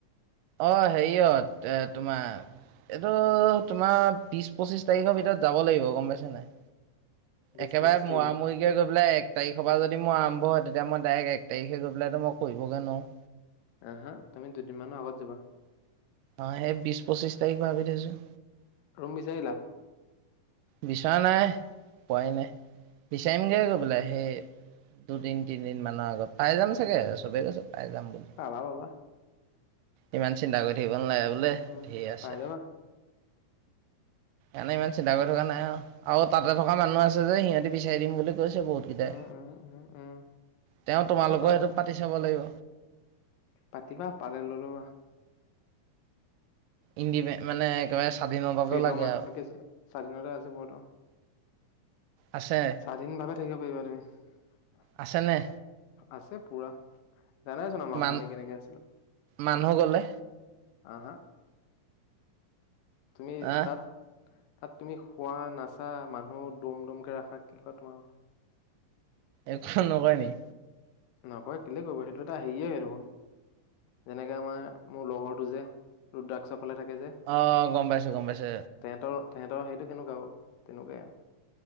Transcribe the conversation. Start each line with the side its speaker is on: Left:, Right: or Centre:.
Right: অ', হেৰিয়ত এ তোমাৰ এইটো তোমাৰ বিশ, পঁচিশ তাৰিখৰ ভিতৰত যাব লাগিব গম পাইছে নাই।
Left: বিশ
Right: একেবাৰে
Left: পঁচিশ তাৰিখে
Right: মৰা মৰিকে গৈ পেলাই এক তাৰিখৰ পৰা যদি মোৰ আৰম্ভ হয় তেতিয়া মই ডাইৰেক্ট এক তাৰিখে গৈ পেলাইোটো মই কৰিবগে নুৱাও।
Left: আহ হা তুমি দুদিন মানৰ আগাত যাবা।
Right: অ', সেই বিশ, পঁচিশ তাৰিখ ভাবি থৈছো।
Left: ৰুম বিচাৰিলা?
Right: বিচৰা নাই পোৱাই নাই, বিচাৰিমগে গৈ পেলাই সেই দুদিন তিনিদিন মানৰ আগত পাই যাম চাগে। বাবে কৈছে পাই যাম বুলি
Left: পাবা পাবা
Right: ইমান চিন্তা কৰি থাক <unintelligible> বোলে
Left: উম
Right: ধেৰ আছে।
Left: পাই যাবা
Right: এনে ইমান চিন্তা কৰি থকা না নাই আৰু। তাতে থকা মানুহ আছে যে সিহঁতে বিচাৰি দিম বুলি গৈছে বহুত কিটাই।
Left: উম উম উম উম
Right: তেওঁ তোমালোকৰ
Left: এই পাবা
Right: হেইটোত পাতি চাব লাগিব
Left: পাতিবা। পালে লৈ লবা
Right: ইণ্ডিপেন- মানে একেবাৰে স্বাধীনতাটো
Left: ফ্ৰীডম
Right: লাগে
Left: আ-
Right: আৰু
Left: কি আছিলে স্বাধীনতা আছে বহুতৰ
Right: আছে
Left: স্বাধীন ভাৱে থাকিব পাৰিবা তুমি
Right: আছেনে
Left: আছে পুৰা। জানাইচোন আমাৰ
Right: মান
Left: কথা, আমি কেনেকে আছিলো।
Right: মানুহ গলে
Left: আহ হা। তুমি
Right: আহ
Left: তাত? তাত তুমি শোৱা নাচা মানুহ দম দমকে ৰাখা কি কয় তোমাৰ
Right: একো নকয় নেকি?
Left: নকয়। কেলে কৰিব। সেইটো এটা হেৰিয়ে হয় দেখোন যেনেকে আমাৰ মোৰ লগৰটো যে ৰুদ্ৰাক্ষ চাপ অকলে থাকে যে।
Right: অ গম পাইছো গম পাইছো
Left: তেঁহতৰ তেহেঁতৰ সেইটো কেনেকুৱা বাও? তেনেকুৱাই আৰু